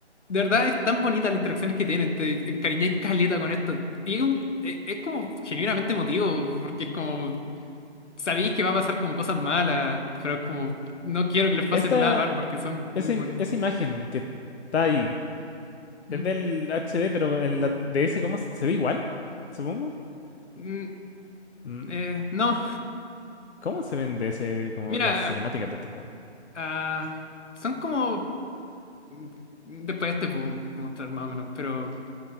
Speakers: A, on the left; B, on the left.
A: de verdad, es tan bonita las interacciones que tienen, te encariñáis caleta con esto. Y es, un- es- es como genuinamente emotivo, porque es como, sabéis que va a pasar como cosas malas, pero es como, no quiero que les pasen
B: Esta,
A: nada mal porque son
B: esa,
A: muy bonitos.
B: im- esa imagen que está ahí,
A: ¿Mm?
B: es del HD, pero en la DS, ¿cómo se ve igual? Supongo.
A: Mm,
B: Mm,
A: eh, no,
B: ¿Cómo se ven DS como
A: mira,
B: las cinemáticas de este juego?
A: ah, son como, mm, después te puedo mostrar más o menos, pero